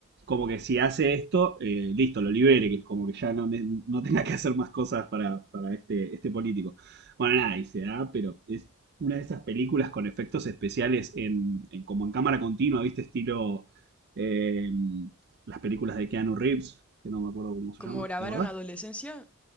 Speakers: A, on the right; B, in the centre.
A: como que si hace esto, eh, listo, lo libere, que es como que ya no, ne- no tenga que hacer más cosas para, para este, este político. Bueno, nada, y se da, pero es una de esas películas con efectos especiales en, en- como en cámara continua, ¿viste? Estilo eh, las películas de Keanu Reeves, que no me acuerdo cómo se
B: ¿Cómo
A: llama,
B: grabaron
A: ¿te acordás?
B: adolescencia?